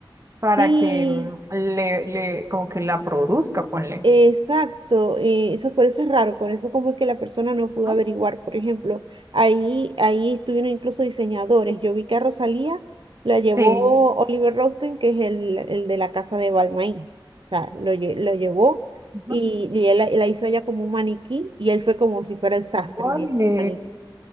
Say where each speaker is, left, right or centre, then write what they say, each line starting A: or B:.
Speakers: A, on the right; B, on the right.
A: para
B: Sí.
A: que mm, le, le, como que la produzca, ponle.
B: Exacto, eh, eso por eso es raro, por eso como es que la persona no pudo
A: ¿no?
B: averiguar. Por ejemplo, ahí, ahí estuvieron incluso diseñadores. Yo vi que a Rosalía la llevó
A: Sí.
B: Oliver Rosten, que es el, el de la casa de Balmain. O sea, lo, lle- lo llevó
A: Ujú.
B: y, y él la, la hizo ella como un maniquí y él fue como si fuera el sastre
A: Ole.
B: y ella el maniquí.